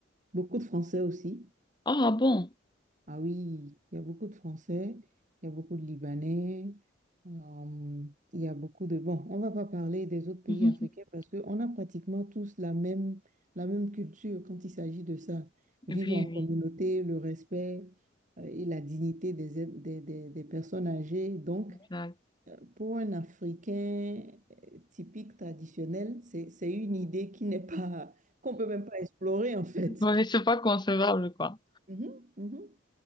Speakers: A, on the right; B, on the left.
A: Beaucoup de Français aussi.
B: Oh, Ah bon?
A: Ah oui, il y a beaucoup de Français, il y a beaucoup de Libanais, euh, il y a beaucoup de... Bon, on va pas parler des autres pays
B: <laughs>
A: africains parce qu'on a pratiquement tous la même, la même culture quand il s'agit de ça. Vivre
B: Oui,
A: en
B: oui.
A: communauté, le respect, euh, et la dignité des, êtres- des, des, des personnes âgées. Donc,
B: Là.
A: euh, pour un Africain euh, typique, traditionnel, c'est, c'est une idée qui n'est pas... qu'on peut même pas explorer en fait.
B: Ouais, c'est pas concevable, quoi.
A: Mhm, mhm.